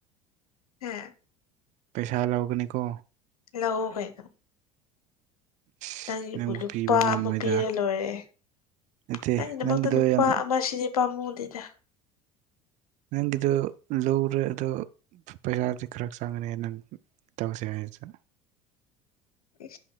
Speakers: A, on the left; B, on the right.
A: ꯍꯥ
B: ꯄꯩꯁꯥ ꯂꯧꯒꯅꯤꯀꯣ
A: ꯑ ꯍ ꯍꯣꯏꯗ
B: ꯏꯁ
A: ꯅꯪꯒꯤꯕꯨ
B: ꯅꯪꯕꯨ
A: ꯂꯨꯄꯥ
B: ꯄꯤꯕ ꯉꯝꯃꯣꯏꯗ
A: ꯑꯃ ꯄꯤꯔ ꯂꯣꯏꯔꯦ
B: ꯅꯠꯇꯦ
A: ꯅꯪꯒꯤꯗꯃꯛꯇ
B: ꯅꯪꯒꯤꯗꯣ
A: ꯂꯨꯄꯥ
B: ꯌꯥꯝ
A: ꯑꯃ ꯁꯤꯗꯤ ꯄꯥꯝꯃꯨꯗꯅꯦ
B: ꯅꯪꯒꯤꯗꯣ ꯂꯧꯔꯦ ꯑꯗꯣ ꯄꯩꯁꯥꯗꯤ ꯈꯔ ꯆꯪꯒꯅꯤ ꯅꯪ ꯇꯧꯁꯦ ꯍꯥꯏꯁꯦ
A: ꯎ